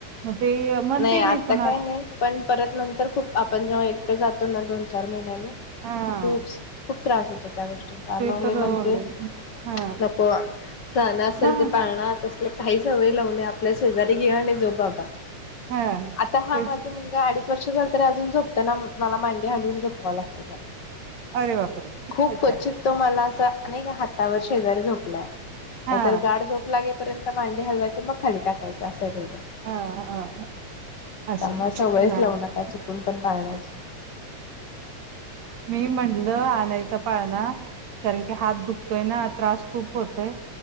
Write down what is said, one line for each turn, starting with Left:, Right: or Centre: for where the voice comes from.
Right: ते म्हणते
Left: नाही आता
Right: मी पण
Left: काही नाही, पण परत नंतर खूप आपण जेव्हा एकटं जातो ना दोन चार महिन्याने.
Right: हा
Left: खूप खूप त्रास होतो, त्या गोष्टीचा
Right: ते
Left: मग
Right: तर
Left: मी म्हणते,
Right: हा
Left: नको शहान असेल
Right: हा
Left: ते पाळणार आपल काही सवय लावू नये, आपल्या शेजारी घेवा आणि झोप बाबा
Right: हा
Left: आता हा
Right: तेच
Left: माझा मुलगा अडीच वर्ष झाला तरी अजून झोपताना मला मांडी हालवून झोपवावं लागतं त्याला
Right: अरे बापरे
Left: खूप
Right: ओके
Left: क्वचित तो मला अस अनेक हातावर शेजारी झोपलाय
Right: हा
Left: नाहीतर गाड लागेपर्यंत. मांडी हलवायचे मग खाली टाकायचं अस आहे तेचं.
Right: अ अ असं
Left: त्यामुळे सवयच
Right: नाही
Left: लावू नका चुकून पण. पाळण्याची
Right: मी म्हटलं आणायचा पाळणा कारण की हात दुखतोय ना त्रास खूप होतोय